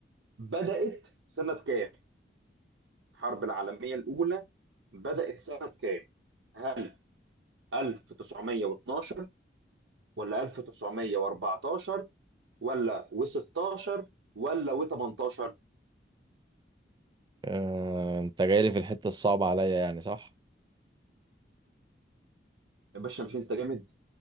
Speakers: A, on the right; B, on the right.
A: بدأت سنة كام؟ الحرب العالمية الأولى بدأت سنة كام؟ هل 1912 ولا 1914 ولا و16 ولا و18
B: اه... أنت جاي لي في الحتة الصعبة عليا يعني صح؟
A: يا باشا مش انت جامد